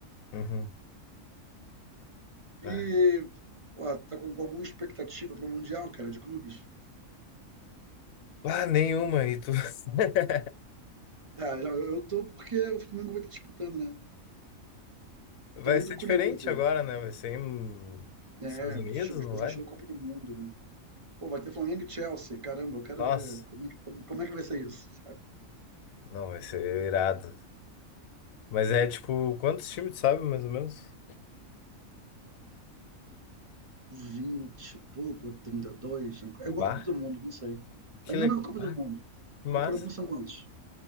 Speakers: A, on the left; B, on the right.
A: Uhum. Ah,
B: E, pô, tá com, com alguma expectativa para o Mundial, cara, de clubes?
A: ah, nenhuma. E tu... <laughs>
B: Ah, não, eu, eu tô porque o Flamengo vai estar disputando, né?
A: Vai
B: Tô muito
A: ser
B: curioso,
A: diferente agora, né? Vai ser em
B: né?
A: Estados Unidos, não
B: Vocês
A: vai?
B: na Copa do Mundo, né? Pô, vai ter Flamengo e Chelsea, caramba, eu quero
A: Nossa,
B: ver como é que, como, como é que vai ser isso, sabe?
A: não, vai ser irado. Mas
B: É,
A: é tipo, quantos times tu sabe, mais ou menos?
B: 20 e pouco, 32, é
A: Do
B: igual
A: bar?
B: a Copa do Mundo, não sei.
A: Que
B: É a mesma
A: legal.
B: Copa
A: Ah,
B: do Mundo.
A: que massa.
B: Copa do Mundo são quantos?